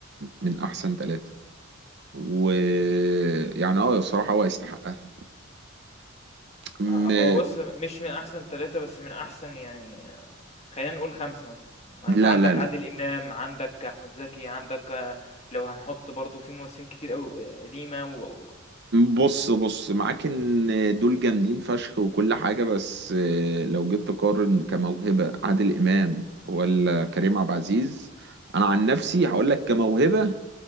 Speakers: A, on the right; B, on the left.
A: من احسن ثلاثه ويعني اه الصراحه هو يستحقها م...
B: آه، هو بص مش من أحسن ثلاثة بس من أحسن يعني آه، خلينا نقول خمسة مثلا ما
A: لا
B: أنت عندك
A: لا لا
B: عادل إمام عندك أحمد زكي عندك آه، لو هنحط برضو في ممثلين كتير أوي قديمة وهو
A: بص بص معاك ان دول جامدين فشخ وكل حاجة بس آه، لو جيت تقارن كموهبة عادل إمام ولا كريم عبد العزيز أنا عن نفسي هقول لك كموهبة